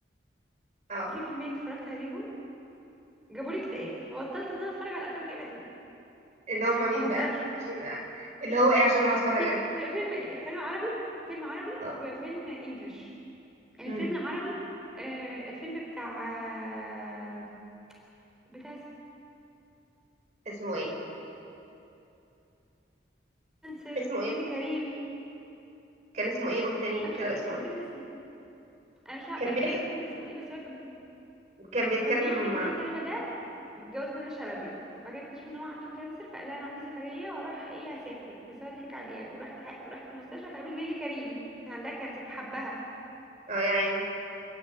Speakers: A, on the right (about 40°); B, in the centre.
A: اه
B: في فيلمين اتفرجت عليهم جابوا لي اكتئاب فبطلت ان انا اتفرج على افلام كئيبه تاني
A: اللي هم
B: ما
A: مين
B: بهزرش
A: بقى عشان اللي هو ايه عشان انا هتفرج
B: في
A: عليه
B: في- فيلم فيلم عربي فيلم عربي
A: اه
B: وفيلم انجلش الفيلم
A: امم
B: العربي آه الفيلم بتاع آه بتاع
A: اسمه ايه
B: سمسر
A: اسمه
B: ونيلي
A: ايه
B: كريم
A: كان اسمه ايه قول تاني
B: انا
A: كده
B: مش فاكره
A: اسمه
B: الفيلم
A: ايه
B: ده اسمه انا مش ع-
A: كان
B: انا
A: بيح
B: مش فاكره الفيلم ده اسمه ايه بس هو كان بت...
A: كان بيتكلم
B: كان بيحكي ان
A: اه
B: هاني سلامه ده متجوز منة شلبي وبعد كده اكتشف ان هو عنده كانسر فقال لها انا عندي سفريه وهروح ايه هسافر بس هو ضحك عليها وراح راح في المستشفى فقابل نيلي كريم كان عندها كانسر فحبها
A: اه يا عيني